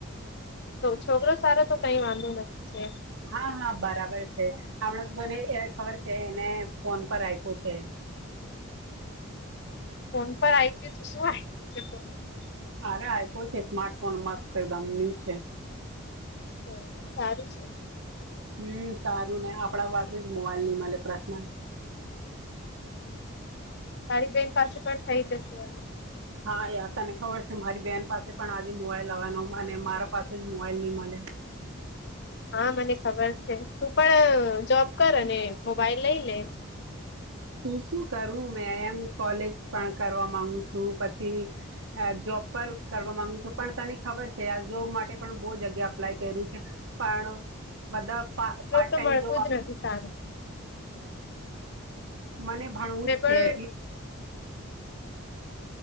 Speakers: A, on the left (about 50°); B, on the right (about 80°).
A: છોકરો સારો તો કઈ વાંધો નથી છે
B: હા હા બરાબર છે હમણાં તો તને ખબર છે એને ફોન પર આપ્યું છે.
A: ફોન પર આઈપી તો શું આઈપી છે ફનમાં.
B: અરે આપ્યો છે સ્માર્ટફોન મસ્ત એકદમ ન્યુ છે.
A: હા સારું છે.
B: હમ્મ, સારું ને આપડા પાસે જ મોવાલ ની મલે પ્રશ્ન.
A: તારી બેહેન પાસે પણ થઇ જશે હવે.
B: હા યા તને ખબર છે મારી બેન પાસે પણ આજે મોબાઈલ લવાનો અને મારા પાસે જ મોબાઈલ ની મળે.
A: <inaudible> હા મને ખબર છે તું પણ જોબ કરને મોબાઈલ લઈ લે
B: શું શું કરું મેં એમ કોલેજ પણ કરવા માંગુ છું, પછી જોબ પર કરવા માંગુ છ પણ તને ખબર છે આ જોબ માટે પણ બહુ જગ્યા અપ્લાય કર્યું છે. પણ બધા
A: જોબ
B: પાર્ટ
A: તો
B: ટાઈમ
A: મળતું
B: જો
A: જ નથી સારું
B: મને ભણવું
A: મેં
B: જ છે,
A: પણ
B: એટલે